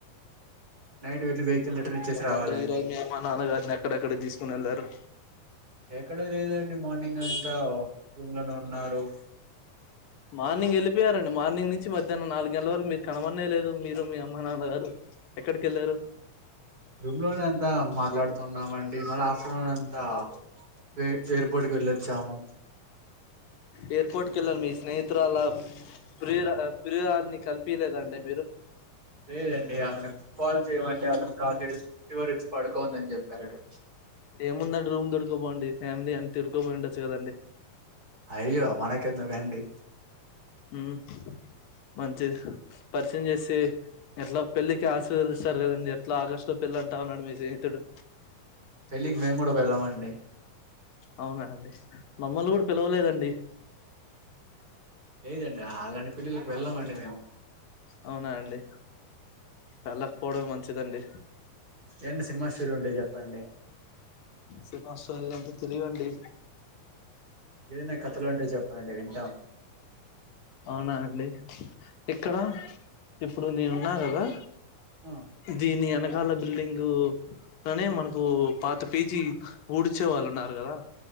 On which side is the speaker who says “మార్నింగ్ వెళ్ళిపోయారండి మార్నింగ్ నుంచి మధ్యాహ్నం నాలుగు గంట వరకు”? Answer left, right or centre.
Left